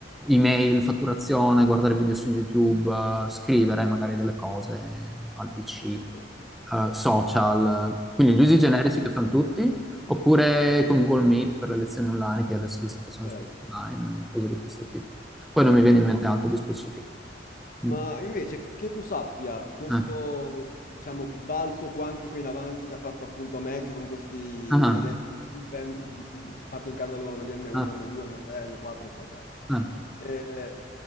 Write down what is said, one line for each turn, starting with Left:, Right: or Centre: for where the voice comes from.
Centre: email, fatturazione, guardare video su YouTube, eh, scrivere magari delle cose al PC,
Left: Capito.
Centre: eh, social, quindi gli usi
Left: Ah,
Centre: generici che fanno tutti, oppure con Google Meet per le lezioni online, che adesso le sto facendo
Left: ok.
Centre: su online, eh, cose di questo tipo. Poi non mi viene
Left: Mm.
Centre: in mente altro di specifico.
Left: Ma
Centre: Mm.
Left: invece che, che tu sappia, questo,
Centre: Eh.
Left: diciamo, balzo quantico in avanti che ha fatto appunto Mac con questi
Centre: Ah,
Left: benedetti
Centre: ah,
Left: chip M- di- di- fatti in casa loro, gli M1,
Centre: ah,
Left: M2, M3, M4, eccetera.
Centre: ah.
Left: Eh,